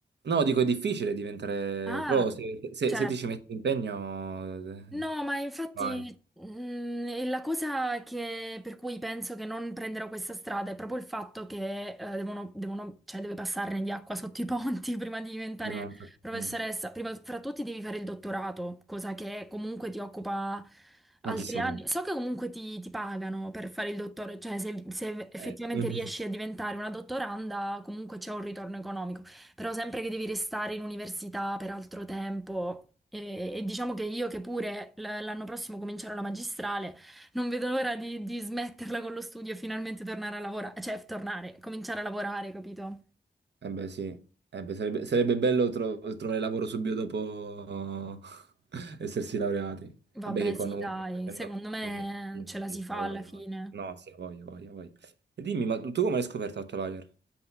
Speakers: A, on the right; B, in the centre.
A: No, dico, è difficile diventare
B: Ah,
A: pro, se, se-
B: certo.
A: se ti ci metti impegno, eh,
B: No, ma infatti
A: vai.
B: mm, e la cosa che- per cui penso che non prenderò questa strada è proprio il fatto che eh, devono, devono- cioè, deve passarne di acqua sotto i ponti <laughs> prima di diventare
A: Non ho fatto
B: professoressa.
A: no,
B: Prima fra tutti devi fare il dottorato, cosa che comunque ti occupa altri
A: tantissimo
B: anni.
A: tempo.
B: So che comunque ti, ti pagano per fare il dottore, cioè se se effettivamente
A: Eh, mm.
B: riesci a diventare una dottoranda comunque c'è un ritorno economico. Però sempre che devi restare in università per altro tempo e, e diciamo che io che pure l- l'anno prossimo comincerò la magistrale, non vedo l'ora di, di smetterla con lo studio e finalmente tornare a lavorare, cioè tornare, cominciare a lavorare, capito?
A: eh beh, sì, Eh beh, sarebbe, sarebbe bello tro- trovare lavoro subito dopo <laughs> essersi laureati.
B: Vabbè,
A: Vabbè, che quando
B: sì,
A: comunque
B: dai,
A: prendo-
B: secondo me
A: sì,
B: ce la
A: sì,
B: si
A: sì,
B: fa
A: ha voglia,
B: alla fine.
A: ha voglia. No, sì, ha voglia, ha voglia, ha voglia. E dimmi, ma tu come l'hai scoperto Outlier?